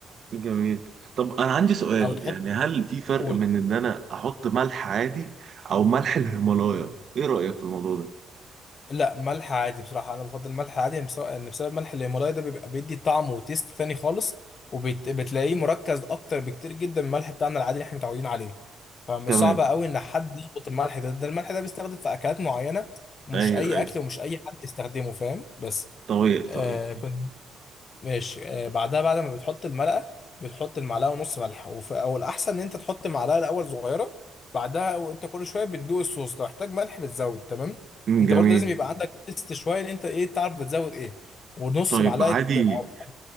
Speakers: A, on the right; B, on the left.
A: جميل طب انا عندي سؤال
B: او تحط
A: يعني هل في فرق
B: قول
A: من ان انا احط ملح عادي او ملح الهيمالايا ايه رأيك في الموضوع ده
B: لا ملح عادي بصراحة أنا بفضل الملح عادي يعني بس- لأن بسبب ملح الهيمالايا ده بيبقى بيدي طعم وتيست تاني خالص وبتلاقيه مركز أكتر بكتير جدا من الملح بتاعنا العادي اللي إحنا متعودين عليه فمش
A: تمام
B: صعب قوي إن حد يظبط الملح ده ده الملح ده بيستخدم في أكلات معينة ومش
A: ايوه
B: أي
A: ايوه
B: أكل ومش أي حد يستخدمه فاهم بس
A: طيب
B: آه
A: طيب
B: ماشي آه، بعدها بعد ما بتحط المرقة بتحط المعلقة ونص ملح وف- او الأحسن إن أنت تحط المعلقة الأول صغيرة بعدها وأنت كل شوية بتدوق الصوص لو احتاج ملح بتزود تمام
A: أمم،
B: أنت
A: جميل
B: برضه لازم يبقى عندك تيست شوية إن أنت إيه تعرف بتزود إيه ونص
A: طيب
B: معلقة
A: عادي
B: أو-